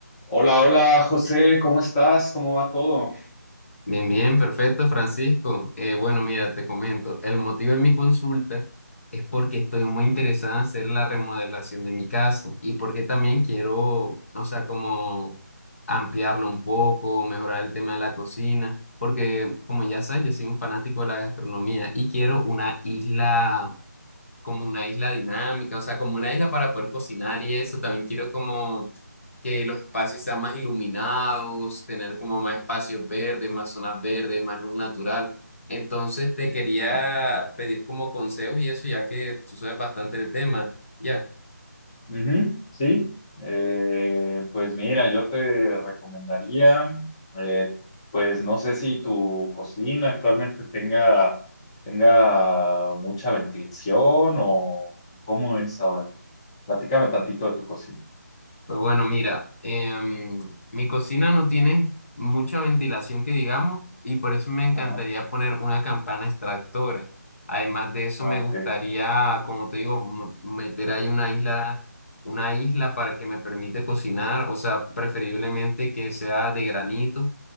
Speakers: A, on the left; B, on the left.
A: Hola, hola, José, ¿cómo estás? ¿Cómo va todo?
B: Bien, bien, perfecto, Francisco. Eh, bueno, mira, te comento, el motivo de mi consulta es porque estoy muy interesada
A: Sí,
B: en hacer la remodelación de mi casa y porque también quiero, o sea, como ampliarlo un poco, mejorar el tema de la cocina, porque como ya sabes, yo soy un fanático de la gastronomía y quiero una isla,
A: sí,
B: como una isla dinámica, o sea, como una isla para poder cocinar y eso, también quiero como que los espacios sean más iluminados, tener como más espacios verdes, más zonas verdes, más luz natural. Entonces te
A: sí,
B: quería
A: claro.
B: pedir como consejos y eso, ya que tú sabes bastante el tema, ya.
A: Ujú, sí, Eh, pues mira, yo te recomendaría, eh, pues no sé si tu cocina actualmente tenga, tenga mucha ventilación o cómo es ahora. Platícame tantito de tu cocina.
B: Pues bueno, mira, em, mi cocina no tiene mucha ventilación que digamos y por eso me encantaría
A: Ajá,
B: poner una campana extractora. Además de eso,
A: ah,
B: me
A: ok.
B: gustaría, como te digo, mo- meter ahí una isla, una isla para que me permite cocinar, o sea, preferiblemente que sea de granito